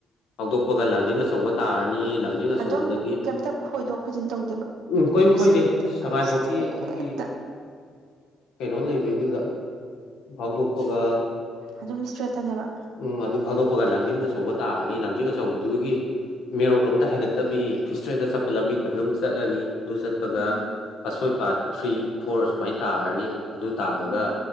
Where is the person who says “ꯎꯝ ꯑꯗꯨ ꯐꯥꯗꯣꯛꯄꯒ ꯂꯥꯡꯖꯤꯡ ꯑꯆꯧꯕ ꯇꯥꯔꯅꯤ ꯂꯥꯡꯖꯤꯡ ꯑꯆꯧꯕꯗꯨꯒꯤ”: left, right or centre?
Left